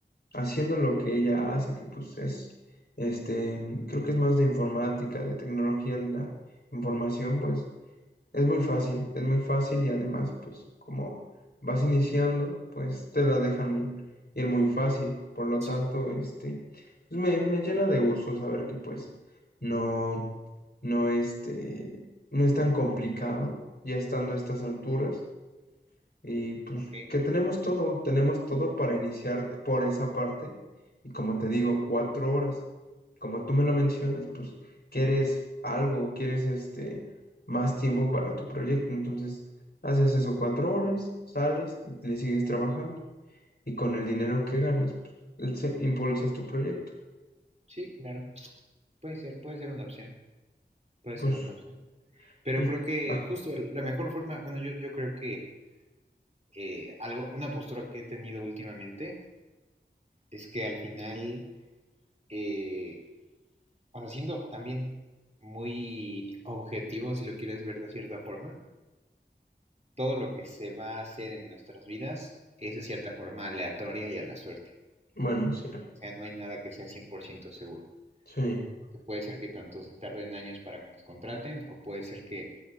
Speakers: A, on the left; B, on the right.
A: haciendo lo que ella hace, que pues es, este, mm, creo que es más de informática, de tecnología de la información, pues es muy fácil, es muy fácil y además, pues como vas iniciando, pues te la dejan ir muy fácil, por lo
B: Sí,
A: tanto, este, pues me, me llena de gusto saber que pues no, no, este, no es tan complicado ya estando a estas alturas y pues
B: ok.
A: que tenemos todo, tenemos todo para iniciar por esa parte. Y como te digo, cuatro horas. Como tú me lo mencionas, pues quieres algo, quieres este más tiempo para tu proyecto. Entonces, haces eso cuatro horas, sales y le sigues trabajando. Y con el dinero que ganas, pues, el se- impulsas tu proyecto.
B: Sí, claro. Puede ser, puede ser una opción. Puede ser
A: Pues,
B: una opción. Pero
A: pues,
B: creo que
A: ah,
B: justo la mejor forma, bueno, yo, yo creo que eh, algo, una postura que he tenido últimamente es que al final, eh, o sea, siendo también muy objetivo, si lo quieres ver de cierta forma, todo lo que se va a hacer en nuestras vidas es de cierta forma aleatoria y a la suerte.
A: bueno, sí,
B: O sea, no hay nada que sea 100% seguro.
A: sí,
B: Porque puede ser que tanto se tarden años para que nos contraten, o puede ser que